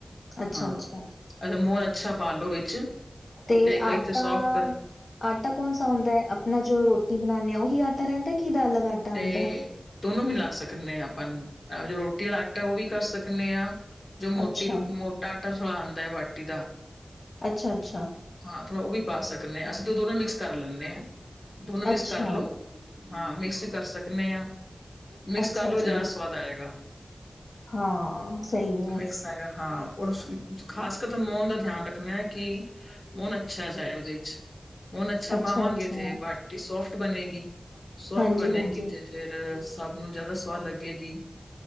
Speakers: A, on the left (about 80°); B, on the left (about 60°).
A: ਅੱਛਾ
B: ਹਾਂ,
A: ਅੱਛਾ
B: ਦਾ ਮੋਹਨ ਅੱਛਾ ਪਾ ਲੋ ਵਿੱਚ।
A: ਤੇ
B: ਕਈ
A: ਆਟਾ-
B: ਸੋਫਟ ਕਰ
A: ਆਟਾ ਕੌਣ ਸਾ ਹੁੰਦਾ ਏ ਆਪਣਾ ਜੋ ਰੋਟੀ ਬਣਾਨੇ ਆ ਉਹੀ ਆਟਾ ਰਹਿੰਦਾ- ਕਿ ਦਾਲ ਵਾਲਾ ਆਟਾ
B: ਤੇ-
A: ਆਉਂਦਾ
B: ਦੋਨੋਂ ਮਿਲਾ ਸਕਨੇ ਆ ਆਪਾਂ ਜੋ ਰੋਟੀ ਵਾਲਾ ਆਟਾ ਉਹ ਵੀ ਕਰ ਸਕਨੇ ਆ। ਜੋ
A: ਹੈ।
B: ਮੋਟੀ
A: ਅੱਛਾ
B: ਮੋਟਾ ਆਟਾ ਸਲਾਉਦਾ ਹੈ ਬਾਟੀ ਦਾ।
A: ਅੱਛਾ-ਅੱਛਾ।
B: ਹਾਂ ਥੋੜਾ ਉਹ ਵੀ ਪਾ ਸਕਨੇ ਆ ਹਾਂ ਅਸੀਂ ਤੇ ਦੋਨੋ ਮਿਕਸ ਕਰ ਲੈਂਨੇ ਆ, ਦੋਨੋ ਮਿਕਸ
A: ਅੱਛਾ
B: ਕਰਲੋ। ਹਾਂ ਮਿਕਸ ਕਰ ਸਕਨੇ ਆ। ਮਿਕਸ
A: ਅੱਛਾ
B: ਕਰ ਲੋ
A: ਜੀ
B: ਜ਼ਿਆਦਾ ਸਵਾਦ ਆਏਗਾ।
A: ਹਾਂ ਸਹੀ ਹੈ
B: ਮਿਕਸ- ਪਏਗਾ ਹਾਂ ਔਰ ਖਾਸ ਕਰਕੇ ਮੋਨ ਦਾ ਧਿਆਨ ਰੱਖਣਾ ਕਿ, ਮੋਨ ਅੱਛਾ ਜਾਏ ਉਹਦੇ 'ਚ। ਮੋਨ ਅਛਾ
A: ਅੱਛਾ
B: ਪਾਵਾਂਗੇ
A: ਅੱਛਾ
B: ਤੇ ਬਾਟੀ ਸੋਫਟ ਬਣੇਗੀ, ਸੋਫਟ
A: ਹਾਂਜੀ
B: ਬਣੇਗੀ
A: ਹਾਂਜੀ
B: ਤੇੇ- ਫੇਰ ਸਭ ਨੂੰ ਜਿਆਦਾ ਸਵਾਦ ਲੱਗੇਗੀ।